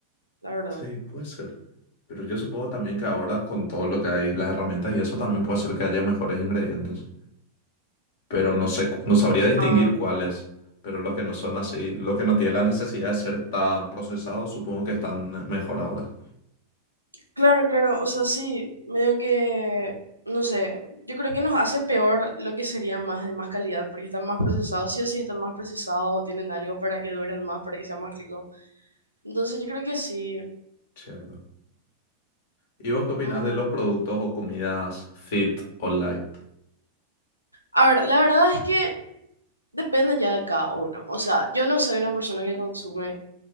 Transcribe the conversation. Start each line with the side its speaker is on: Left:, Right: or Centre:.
Right: la verdad.
Left: sí, puede ser. Pero yo supongo también que ahora con todo lo que hay, las herramientas y eso también puede ser que haya mejores ingredientes. Pero no sé, cu- no sabría distinguir
Right: Ah,
Left: cuáles.
Right: claro.
Left: Pero los que no son así, los que no tienen la necesidad de ser tan procesados, supongo que están mejor ahora.
Right: Claro, claro, o sea, sí, medio que, no sé, yo creo que nos hace peor lo que sería más de más calidad, porque están más procesados, sí o sí están más procesados, tienen algo para que duren más, para que sea más rico. Entonces yo creo que sí.
Left: Cierto. ¿Y vos qué opinás
Right: mm.
Left: de los productos o comidas fit o light?
Right: A ver, la verdad es que depende ya de cada uno. O sea, yo no soy una persona que consume